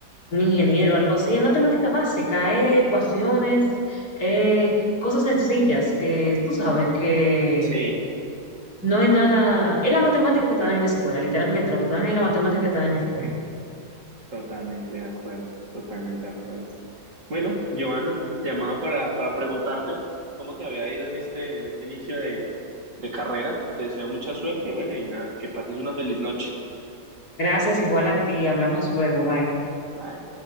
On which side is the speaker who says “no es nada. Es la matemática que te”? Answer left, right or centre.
Left